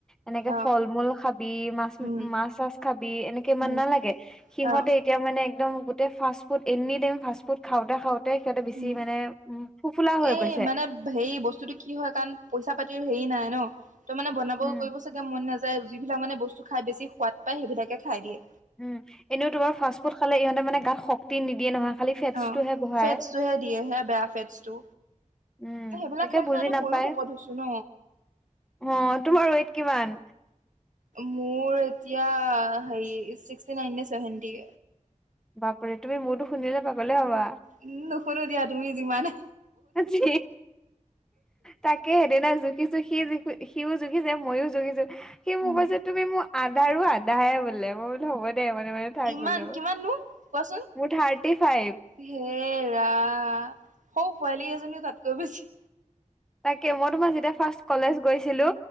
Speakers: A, in the centre; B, on the right.
A: এনেকে
B: অ
A: ফল মূল খাবি মাছ
B: উম
A: মাছ চাছ খাবি এনেকে ইমান
B: উম
A: নালাগে সিহঁতে
B: অ
A: এতিয়া মানেদম গোটেই ফাষ্টফুড এনি টাইম ফাষ্টফুড খাওঁতে খাওঁতে তে সিহঁতে বেছি
B: উম
A: মানে উম সোফুলা হৈ
B: এই
A: গৈছে
B: মানে হেৰি বস্তুতটো কি হয় কাৰণ পইচা পাতি হেৰি নাই ন তই মানে বনাব
A: উম
B: কৰিব চাগে মন নাযায় যিবিলাক মানে বস্তু খাই বেছি সোৱাদ পায় সেইবিলাকে খাই দিয়ে।
A: উম, এনেও তোমাৰ ফাষ্ট ফুড খালে ইহঁতে মানে গাত শক্তি নিদিয়ে নহয়। খালি ফেটছটোহে
B: অ',
A: বঢ়াই
B: ফেটচটোহে দিয়েহে বেয়া ফেটচটো
A: উম
B: সেইবিলাক
A: তাকে
B: খাই
A: বুজি
B: খাইো
A: নাপায়
B: ময়ো ভকত হৈছো ন
A: অ', তোমাৰ ৱেইট কিমান?
B: মোৰ এতিয়া হেৰি ছিক্সটি নাইন নে চেভেনটি
A: বাপুৰে তুমি মোৰতো শুনিলে পাগলে হবা
B: উম, নুশুনো দিয়া তুমি যিমানে
A: আজি তাকে, সেইদিনা জুখিছো সি জুি সিও জুখিছে মইও জুখিছো সেই মগজত
B: উম
A: তুমি মোৰ আধাৰো আধাহে বোলে মই বোলেো হ'ব দে মানে মানে
B: ইমান
A: গলো
B: কিমাননো কোৱাচোন?
A: মোৰ থাৰ্টি ফাইভ
B: হেৰা সৌ পোৱালী এজনীও তাতকৈ বেছি
A: তাকে, মই তোমাৰ যেতিয়া ফাৰ্ষট কলেজ গৈছিলো